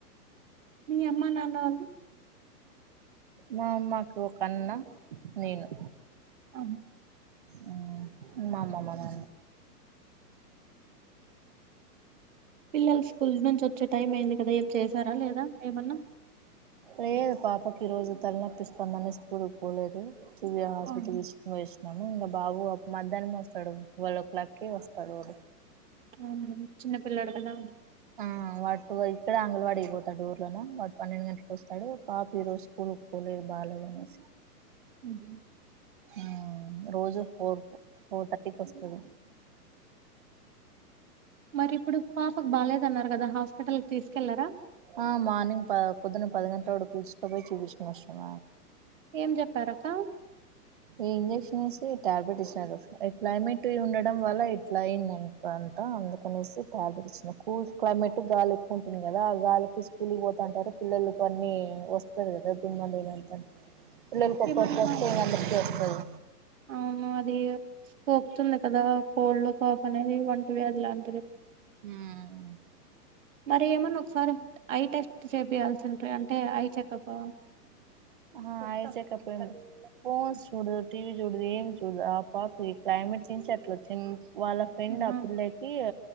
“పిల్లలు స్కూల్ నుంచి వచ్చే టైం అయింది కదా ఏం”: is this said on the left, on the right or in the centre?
Right